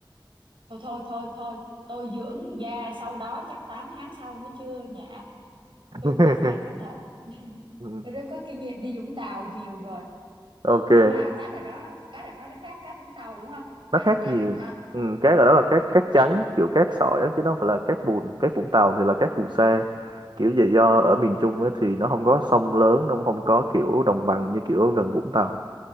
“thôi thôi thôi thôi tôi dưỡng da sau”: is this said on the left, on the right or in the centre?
Right